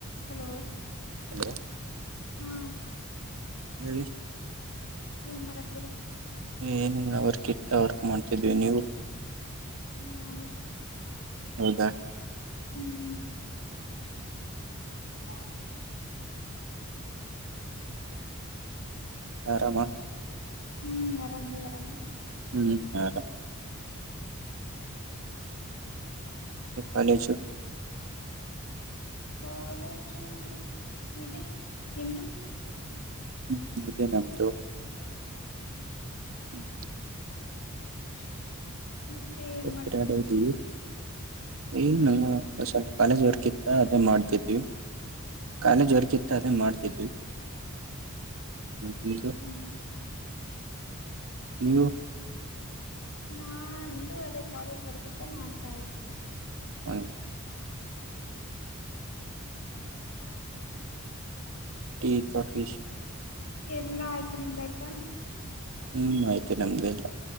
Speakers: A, on the left; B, on the right.
A: ಹಲೋ
B: ಹಲೋ
A: ಹಾ
B: ಹೇಳಿ
A: ಏನ್ ಮಾಡತೀರಾ
B: ಏನ್ ವರ್ಕ್ ಇತ್ತ ವರ್ಕ್ ಮಾಡ್ತಿದ್ವಿ ನೀವು
A: ನಾನು
B: ಹೌದಾ
A: ಹ್ಮ್ ಹೌ
B: ಆರಾಮ
A: ಹ್ಮ್ ಆರಾಮಿ ನೀ ಆರಾಮ
B: ಹ್ಮ್ ಆರಾಮ್
A: ಅ
B: ಕಾಲೇಜು
A: ಕಾಲೇಜು ಇದೆ ನಿಮ್ದು
B: ಹ್ಮ್ ಇೇ ನಮ್ದು ಹ್ಮ್
A: ಹ ಮತ್ತೆ ಏನ್
B: ಹೋಗ್ತೀರಾ
A: ಮಾಡ್ತಿದರ
B: ಡೈಲಿ ಏನು ಸ್ವಲ್ಪ ಕಾಲೇಜ್ ವರ್ಕ್ ಇತ್ತ ಅದೇ ಮಾಡ್ತಿದ್ವಿ ಕಖಾಲಿ ಜೋರಕಿತ್ತ ಅದೇ ಮಾಡ್ತಿದ್ವಿ ಹ್ಮದು
A: ಹ್ಮ್
B: ನೀವು
A: ನಾ ಅದು ಅದೇ ಕಾಲೇಜ್ ವರ್ಕಮಾಡ್ತಾ ಇದ್ದೆ
B: ಹ ಹ್ಮ
A: ಹ
B: ಟೀ ಕಫಿಶ
A: ಎಲ್ಲಾ ಆಯ್ತು ನಿಮ್ದ ಆಯ್ತಾ
B: ಹ್ಮ್ ಆಯ್ತು ನಮ್ದಲ್ಲ